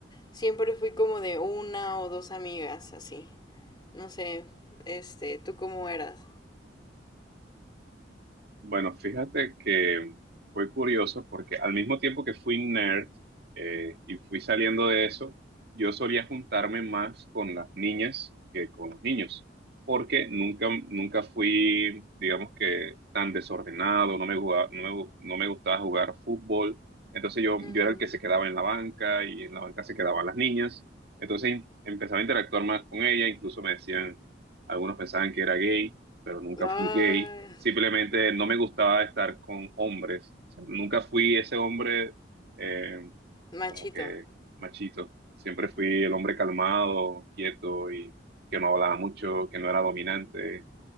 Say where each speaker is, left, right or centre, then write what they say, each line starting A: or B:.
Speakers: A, on the left; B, on the right.
A: siempre fui como de una o dos amigas así. No sé, este, ¿tú cómo eras?
B: Bueno, fíjate que fue curioso porque al mismo tiempo que fui nerd eh, y fui saliendo de eso, yo solía juntarme más con las niñas que con los niños, porque nunca, nunca fui, digamos que, tan desordenado, no me jugaba- no me, gu- no me gustaba jugar fútbol, entonces yo,
A: Ujú.
B: yo era el que se quedaba en la banca y en la banca se quedaban las niñas, entonces em-, empezaba a interactuar más con ella, incluso me decían, algunos pensaban que era gay pero nunca
A: Ay,
B: fui gay. Simplemente no me gustaba estar con hombres. O sea, nunca fui ese hombre eh,
A: machito.
B: como que machito. Siempre fui el hombre calmado, quieto y que no hablaba mucho, que no era dominante.